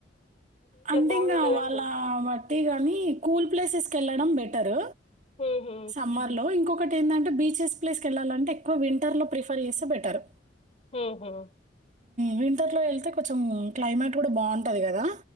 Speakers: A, on the right; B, on the left.
A: అంతే
B: బాగుంటదంటారు
A: ఇంక వాళ్ళ బట్టి కానీ కూల్ ప్లేసెస్కి వెళ్ళడం బెటర్
B: ఉహు.
A: సమ్మర్లో ఇంకొ ఒకటి ఏందంటె బీచెస్ ప్లేస్కి వెళ్ళాలంటే ఎక్కువ వింటర్ లో ప్రిఫర్ చేస్తే బెటర్
B: ఊహు
A: వింటర్లో వెళ్తే కొంచం క్లైమేట్ కూడ బాగుంటది కదా